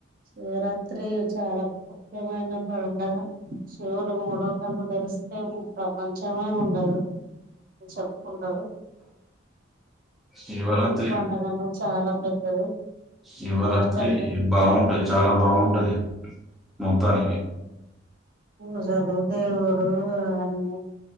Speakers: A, on the right; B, in the centre.
A: శివరాత్రి చాలా ముఖ్యమైన పండుగ శివుడు మూడో కన్ను తెరిస్తే ప్రపంచమే ఉండదు అ చెప్పుకుంటారు
B: శివరాత్రి
A: పండుగ అనేది చాలా పెద్దది
B: శివరాత్రి
A: అన్నిటికంటే
B: బాగుంటది చాలా బాగుంటది మొత్తానికి
A: పూజలు దేవుడు అన్ని